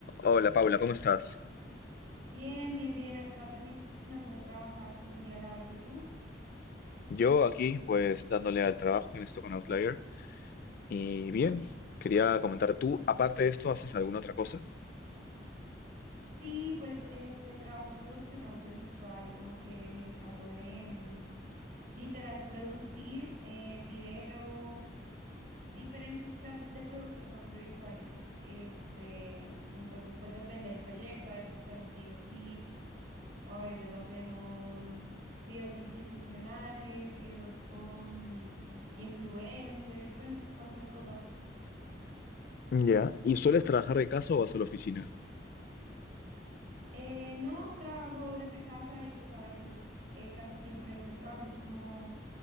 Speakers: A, on the left; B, on the right.
A: Hola Paula, ¿cómo estás?
B: Bien, bien, bien, acá terminando de trabajar, tuve un día largo, ¿y tú?
A: Yo aquí, pues dándole al trabajo en esto con Outlier. Y bien, quería comentar, ¿tú aparte de esto haces alguna otra cosa?
B: Sí, pues este trabajo en producción audiovisual, como que me encargo de mm, literal producir eh, video, diferentes clases de productos audiovisuales. Este, entonces pues depende del proyecto, a veces hacemos videoclips o a veces hacemos videos institucionales, videos con influencers, bueno, tantas cosas.
A: Ya. ¿Y sueles trabajar de casa o vas a la oficina?
B: Eh, no, trabajo desde casa y pues a veces, eh, casi siempre este trabajo es como,